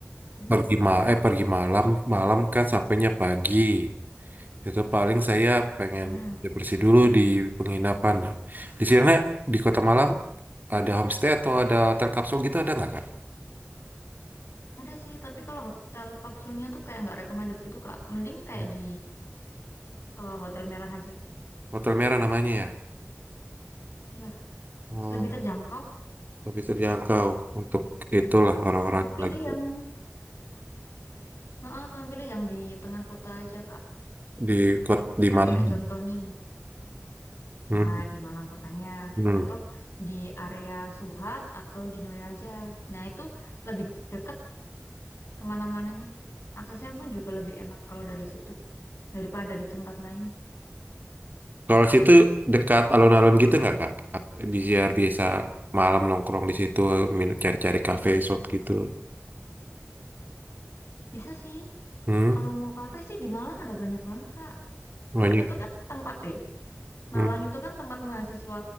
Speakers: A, on the left; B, on the right.
A: Mhm.
B: pergi ma eh pergi malam malam kan sampainya pagi itu paling saya pengen
A: Hmm.
B: bersih dulu di penginapan Nah, di sini di Kota Malang ada homestay atau ada hotel kapsul gitu ada nggak Kak
A: Ada sih, tapi kalau hotel kapsulnya tuh kayak nggak recommended gitu, Kak. Mending kayak
B: Hmm.
A: di eh, Hotel Merah aja.
B: hotel merah namanya ya
A: Iya,
B: oh
A: lebih terjangkau.
B: lebih terjangkau untuk itulah orang-orang
A: Ya,
B: yang
A: pilih
B: lagi
A: yang Heeh, sama pilih yang di tengah kota aja, Kak.
B: di kot di
A: Kayak
B: Malang
A: contoh nih,
B: Hmm.
A: ya di Malang kotanya, kayak
B: Hmm.
A: contoh di area Suhat atau di Noya aja. Nah, itu lebih deket kemana-mananya. Aksesnya pun juga lebih enak kalau dari situ daripada di tempat lain.
B: Kalau situ dekat alun-alun gitu nggak Kak? At- Biar biasa malam nongkrong di situ, min- cari-cari kafe, shop gitu.
A: Bisa sih.
B: Hmm,
A: Kalau mau kafe sih di Malang ada banyak banget, Kak.
B: banyak.
A: Kafe itu kan tempat ya. Malang
B: Hmm,
A: itu kan tempat mahasiswa.